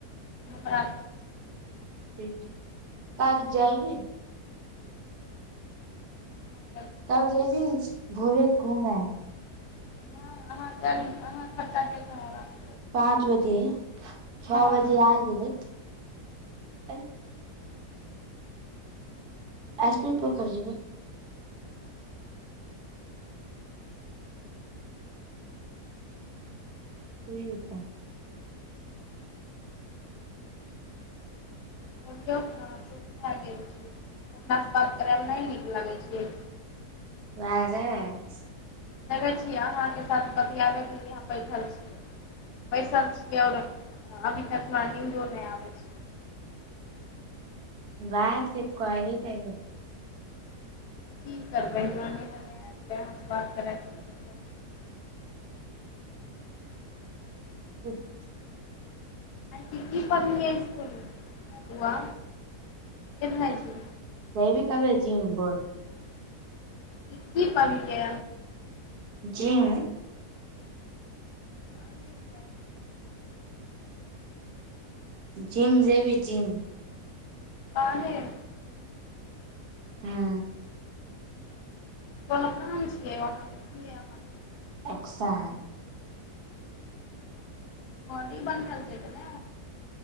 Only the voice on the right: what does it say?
ठीक छै <unintelligible> कराज जैमिन <unintelligible>
कब जेबिहीं भोरे घूमे
पाँच बजे छ
बजे आ जेबै एक एस पी पर खर्च गे ठ त
ल जा <unintelligible>
बात के कहि के एहिमे
ठ <unintelligible>
दैव कभे जीम बोल
जीम
जिम जेबी जिम
हँ
अ्सा